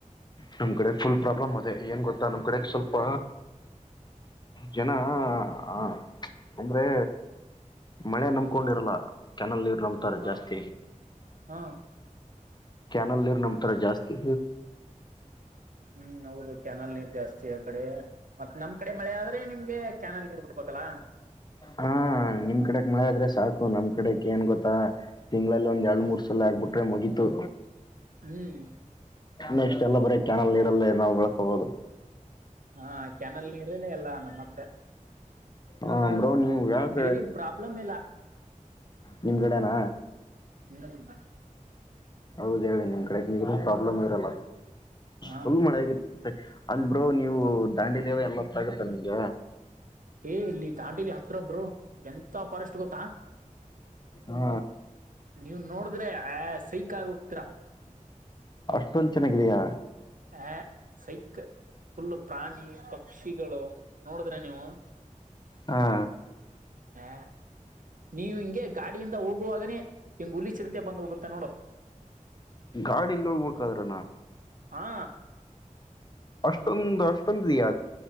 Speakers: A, on the left; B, on the right.
A: ನಮ್ ಕಡೆ ಫುಲ್ ಪ್ರಾಬ್ಲಮ್ ಅದೇ ಏನ್ ಗೊತ್ತಾ ನಮ್ ಕಡೆ ಸ್ವಲ್ಪ ಜನ ಆ ಅಂದ್ರೆ ಮಳೆ ನಂಬಕೊಂಡಿರಲ್ಲ ಕೆನಾಲ್ ನೀರ್
B: ಹಾ
A: ಜಾಸ್ತಿ
B: ಬ್ರೋ ಹಾ
A: ಕ್ಯಾನಲ್ ನೀರ್ ನಂಬ್ತಾರೆ ಜಾಸ್ತಿ
B: ಹ್ಮ್ ಹೌದು ಕ್ಯಾನಲ್ ನೀರ್ ಜಾಸ್ತಿ ಆ ಕಡೆ ಮತ್ತ್ ನಮ್ ಕಡೆ ಮಳೆ ಆದ್ರೆ ನಿಮ್ಗೆ ಕ್ಯಾನಲ್ ನೀರ್ ಬಿಡಬೇಕಲ್ಲ
A: ಹಾ ನಿಮ್ ಕಡೆಕ್ ಮಳೆ ಆದ್ರೆ ಸಾಕು ನಮ್ ಕಡೆಕ್ ಏನ್ ಗೊತ್ತಾ ತಿಂಗಳಲ್ಲಿ ಒಂದ್ ಎರಡ್
B: ಹ್ಮ್
A: ಮೂರ್ ಸಲ ಆಗ್ಬಿಟ್ರೆ ಮುಗೀತು
B: ಹ್ಮ್
A: ನೆಕ್ಸ್ಟ್ ಎಲ್ಲ ಬರೀ ಕ್ಯಾನಲ್ ಇರಲ್ಲೇ ನಾವು ಬೆಳ್ಕೋಬಹುದು
B: ಹಾ ಕ್ಯಾನಲ್ ನೀರೆ ಎಲ್ಲಾ ನಮ್ಮ ಮತ್ತೆ
A: ಹ ಬ್ರೋ ನೀವು ಯಾಕ
B: ನೀರಿನ್ ಪ್ರಾಬ್ಲಮ್ ಇಲ್ಲ
A: ನಿಮ್ ಕಡೇನ
B: ಹ್ಮ್
A: ಹೌದ ಹೇಳಿ ನಿಮ್ ಕಡೆ ನೀರಿನ್ ಪ್ರಾಬ್ಲಮ್ ಇರಲ್ಲ
B: ಹ
A: ಫುಲ್ ಮಳೆ ಆಗತ್ತೆ ಅಲ್ ಬ್ರೋ ನೀವು ದಾಂಡಿಲಿ ಎಲ್ಲ ಅತ್ರಾಗುತ್ತಾ ನಿಮ್ಗ
B: ಏ್ ಇಲ್ಲಿ ದಾಂಡಿಲಿ ಹತ್ರ ಬ್ರೋ ಎಂತ ಫಾರೆಸ್ಟ್ ಗೊತ್ತಾ
A: ಹಾ
B: ನೀವ್ ನೋಡಿದ್ರೆ ಆ ಸೈಕ್ ಆಗಿ ಹೋಗ್ತೀರಾ
A: ಅಷ್ಟೊಂದ್ ಚೆನ್ನಾಗಿಧ್ಯ
B: ಆ ಸೈಕ್ ಫುಲ್ ಪ್ರಾಣಿ ಪಕ್ಷಿಗಳು ನೋಡಿದ್ರೆ ನೀವು
A: ಹಾ
B: ಹಾ ನೀವು ಹಿಂಗೆ ಗಾಡಿಯಿಂದ ಹೋಗುವಾಗನೆ ಇಂಗ್ ಹುಲಿ ಚಿರತೆ ಬಂದ್ ಹೋಗುತ್ತೆ ನೋಡು
A: ಗಾಡಿಲ್ಲಿ ಹೋಗ್ಬೇಕಾದ್ರನಾ
B: ಹಾ
A: ಅಷ್ಟೊಂದ ಅಷ್ಟ ಪಂದ್ರ